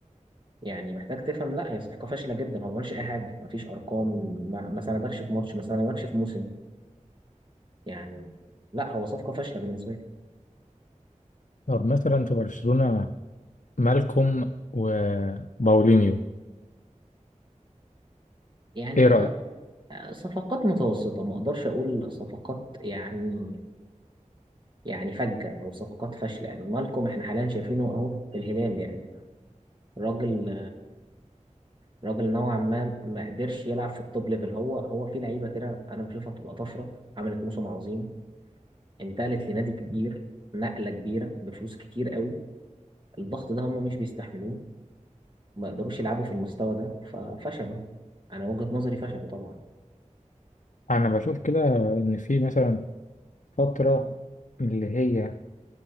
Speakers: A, on the right; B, on the left.
A: يعني محتاج تفهم لا هي صفقة فاشلة جدا هو ما عملش أي حاجة ما فيش أرقام ما, ما سندكش في ماتش ما سندكش في موسم يعني لا هو صفقة فاشلة بالنسبة لي
B: طب مثلا في برشلونة مالكوم وباولينيو
A: يعني
B: ايه رأيك
A: أنا صفقات متوسطة ما أقدرش أقول صفقات يعني يعني فجة أو صفقات فاشلة يعني مالكم إحنا حاليا شايفينه أهو في الهلال يعني راجل راجل نوعا ما ما قدرش يلعب في التوب ليفل هو هو في لعيبة كده أنا بشوفها بتبقى طفرة عملت موسم عظيم انتقلت لنادي كبير نقلة كبيرة بفلوس كتير قوي الضغط ده هم مش بيستحملوه ما يقدروش يلعبوا في المستوى ده ففشلوا أنا وجهة نظري فشلوا طبعا
B: انا بشوف كده ان في مثلا فترة اللي هي